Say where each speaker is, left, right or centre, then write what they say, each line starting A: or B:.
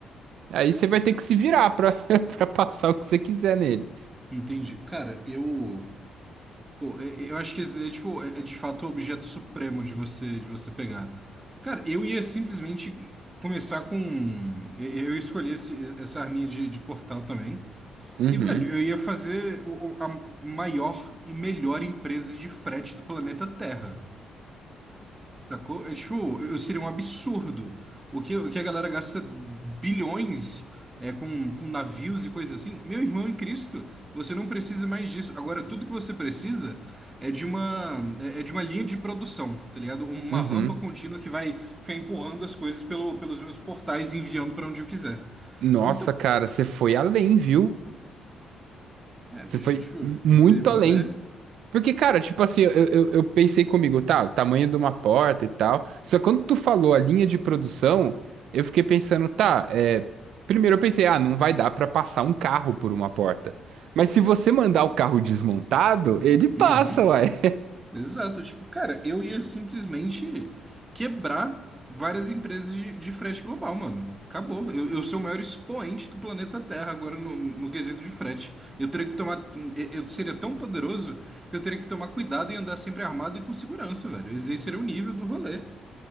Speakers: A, on the right; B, on the right.
A: Aí você vai ter que se virar pra, <laughs> pra passar o que você quiser nele.
B: entendi. Cara, eu, pô, é- é, eu acho que esse daí, tipo, é, é de fato o objeto supremo de você, de você pegar. Cara, eu ia simplesmente começar com, eu eu escolhi esse- essa arminha de, de portal também.
A: Uhum,
B: E, velho, eu ia fazer o- o- a maior e melhor empresa de frete do planeta Terra. Sacou? É, tipo, eu seria um absurdo. O que, o que a galera gasta bilhões é, com, com navios e coisas assim. Meu irmão em Cristo, você não precisa mais disso. Agora, tudo que você precisa é de uma, é é de uma linha de produção, tá ligado? Uma
A: uhum.
B: rampa contínua que vai ficar empurrando as coisas pelo, pelos meus portais e enviando pra onde eu quiser.
A: Nossa,
B: Então,
A: cara, você foi além, viu?
B: é,
A: Você
B: bicho,
A: foi
B: tipo,
A: muito
B: esse é o rolê.
A: além. Porque, cara, tipo assim, eu, eu, eu pensei comigo, tá, o tamanho de uma porta e tal. Só que quando tu falou a linha de produção, eu fiquei pensando, tá, é. Primeiro eu pensei, ah, não vai dar pra passar um carro por uma porta. Mas se você mandar o carro desmontado, ele passa,
B: Uhum.
A: uai.
B: Exato, tipo, cara, eu ia simplesmente quebrar várias empresas de, de frete global, mano. Acabou. Eu, eu sou o maior expoente do planeta Terra agora no, no quesito de frete. Eu teria que tomar. Eu eu seria tão poderoso que eu teria que tomar cuidado e andar sempre armado e com segurança, velho. Esse aí seria o nível do rolê.